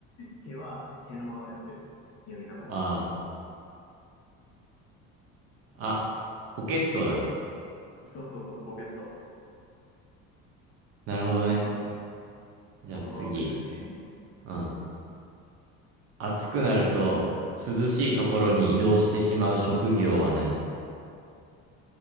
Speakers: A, on the left; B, on the right.
A: 毛は毛のままでやってる。読み方は。
B: ああ、あ、ポケットだ。
A: そうそうそう、ポケット。
B: なるほどね。
A: まあまあま
B: じゃあ次。
A: あ、言葉遊びだね。
B: うん。暑くなると、涼しいところに移動してしまう職業は何